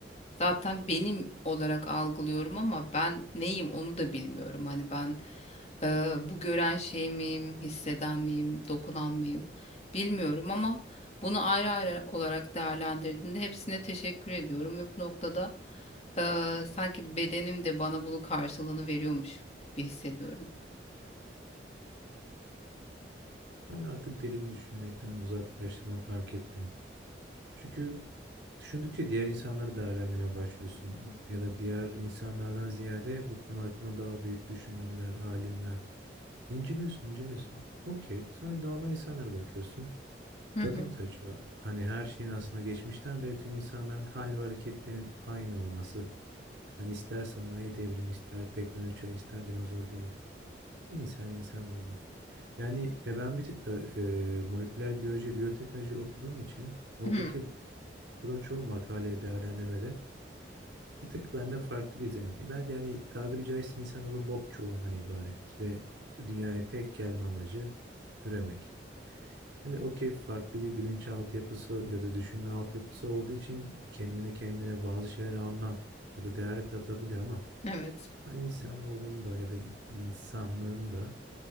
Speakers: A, on the left; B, on the right.
A: zaten benim olarak algılıyorum ama ben neyim onu da bilmiyorum. Hani ben e, bu gören şey miyim, hisseden miyim, dokunan mıyım bilmiyorum ama bunu ayrı ayrı olarak değerlendirdiğinde hepsine teşekkür ediyorum ve bu noktada e, sanki bedenim de bana bunun karşılığını veriyormuş gibi hissediyorum.
B: Ben artık derin düşünmekten uzaklaştığımı fark ettim. Çünkü düşündükçe diğer insanları değerlendirmeye başlıyorsun. Ya da diğer insanlardan ziyade bu konu hakkında daha büyük düşünürler, alimler. İnceliyorsun, inceliyorsun. Okey. Sonra normal insanlara bakıyorsun.
A: Hı
B: Tadım
A: hı.
B: kaçıyor. Hani her şeyin aslında geçmişten beri tüm insanların hal ve hareketlerinin aynı olması. Hani ister sanayi devrimi, ister teknoloji, çağı, ister dinozor devri, İnsan insan oldu. Yani e, ben bir tık da e, moleküler biyoloji, biyoteknoloji okuduğum için oradaki
A: Hı.
B: okuduğum çoğu makale değerlendirmede bir tık benden farklı bir izlenim. Bence yani tabiri caizse insanoğlu bok çuvalından ibaret ve dünyaya tek gelme amacı üremek. Hani okey farklı bir bilinç altyapısı ya da düşünme altyapısı olduğu için kendine kendine bazı şeylere anlam ya da değer katabiliyor ama
A: Evet.
B: ben insanoğlunun da ya da insanlığın da